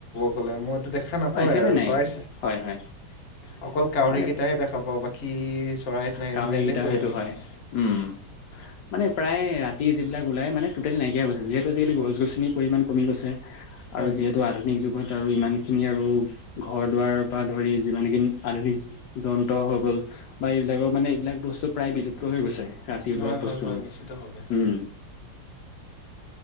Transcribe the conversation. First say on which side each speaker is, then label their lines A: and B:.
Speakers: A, on the left (about 50°); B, on the left (about 70°).
A: কলে মইটো দেখা নাপাওঁ
B: অ একেবাৰে
A: য়ে আৰু
B: নাই
A: চৰাই
B: <inaudible>
A: অকল কাউৰীকেইটাহে
B: মানে
A: দেখা পাওঁ বাকী চৰাই
B: কাউৰীকেইটা
A: নেদেখুৱে
B: সেইটো
A: মানে।
B: হয় <inaudible> মানে প্ৰায় ৰাতি যিবিলাক ওলাই মানে টোটেল নাইকিয়া হৈছে যিহেতু আজিকালি গছ গছনিৰ পৰিমাণ কমি গৈছে। আৰু
A: হয়
B: যিহেতু আধুনিক যুগত আৰু ইমান খিনি আৰু ঘৰ দুৱাৰ বা ধৰি যিমানখিনি আধুনিক যন্ত্ৰ হৈ গ'ল বা এইবিলাকৰ মানে এইবিলাক বস্তু প্ৰায় বিলুপ্ত হৈ গৈছে। ৰাতি ওলোৱা
A: হয়
B: বস্তুবোৰ
A: হয় হয় নিশ্চিতভাৱে
B: উম।